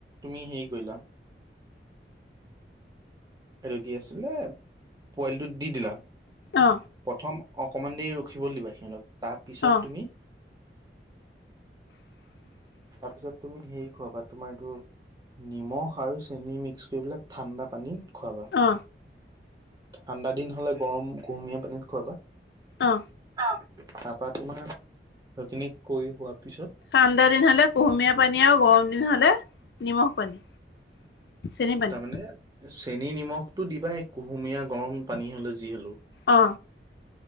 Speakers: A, on the right; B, on the left.
A: তুমি হেৰি কৰিলা। এইটো কি আছিলে, পোৱালিটো দি দিলা,
B: অ
A: প্ৰথম। অকমান দেৰি ৰখিব দিবা সিহঁতক তাৰ পিছত
B: অ
A: তুমি।
B: <unintelligible> <unintelligible>
A: তাৰপিছত তুমি হেৰি খোৱাবা তোমাৰ এইটো নিমখ আৰু চেনি মিক্স কৰিবা। ঠাণ্ডা পানীত খোৱাবা।
B: অ
A: ঠাণ্ডা দিন হলে গৰম কুহুমীয়া পানীত খোৱাবা।
B: অ
A: তাৰাপা তোমাৰ সেইখিনি কৰি হোৱাৰ পিছত।
B: ঠাণ্ডা দিন হলে কুহুমীয়া পানী আৰু গৰম দিন হলে নিমখ পানী। চেনি পানী
A: তাৰমানে চেনী নিমখতটো দিবা কুহুমীয়া গৰম পানী হলে যি হলো।
B: অ।